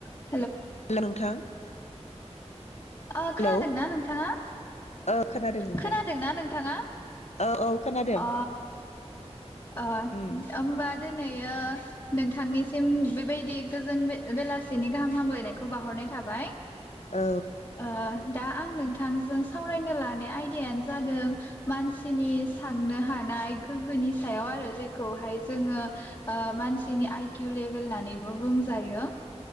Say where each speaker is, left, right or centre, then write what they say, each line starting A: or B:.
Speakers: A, on the left; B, on the left.
A: औ।
B: हेल नोंथां।
A: ओ
B: हेलौ
A: खोनादोंना नोंथाङा?
B: औ खोनादों नोंथां
A: खोनादोंना नोंथाङा
B: औ औ खोनादों
A: अ अ
B: उम
A: होमबा दिनैयो नोंथांनिसिम बेबायदि गोजोन बेल बेलासिनि गाहाम हामलायनायखौ बाहरनाय थाबाय
B: औ
A: ओ दा आं नोंथां जों सावरायनो लानाय आयदाया जादों मानसिनि साननो हानाय गोहोनि सायाव आरो जेखौहाय जोङो ओ मानसिनि आइकिउ लेभेल होननानैबो बुंजायो